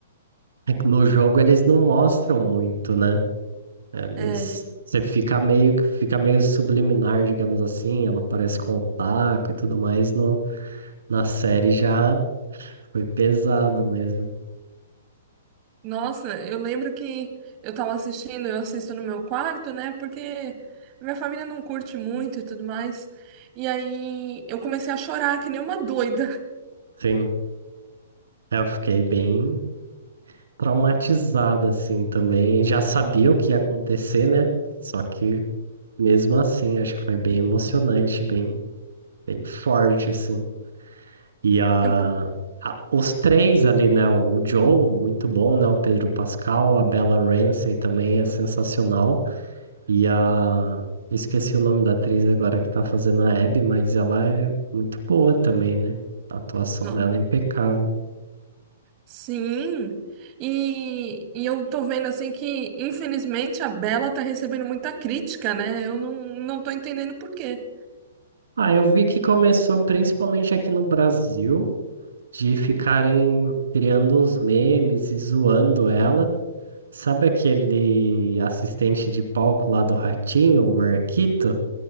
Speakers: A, on the right; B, on the right.
A: É que No jogo eles não mostram muito, né? Eles,
B: É,
A: você fica meio, que- fica meio subliminar, digamos assim, ela aparece com o taco e tudo mais, no, na série já Foi pesado mesmo.
B: Nossa, eu lembro que eu tava assistindo, eu assisto no meu quarto, né? Porque minha família não curte muito e tudo mais. E aí eu comecei a chorar que nem uma doida. <laughs>
A: Sim, é, eu fiquei bem traumatizado assim também. Eu já sabia o que ia acontecer, né? Só que mesmo assim, acho que foi bem emocionante, bem, bem forte assim. E a,
B: É por-
A: a- os três ali, né? O Joe, muito bom, né? O Pedro Pascal, a Bella Ramsey também é sensacional. E a Esqueci o nome da atriz agora que tá fazendo a Abby, mas ela é muito boa também, né? A atuação
B: Ó,
A: dela é impecável.
B: Sim. E, e eu tô vendo assim que, infelizmente, a Bela tá recebendo muita crítica, né? Eu não, não tô entendendo por quê.
A: Ah, eu vi que começou principalmente aqui no Brasil, de ficarem criando uns memes e zoando ela. Sabe aquele assistente de palco lá do Ratinho, o Marquito?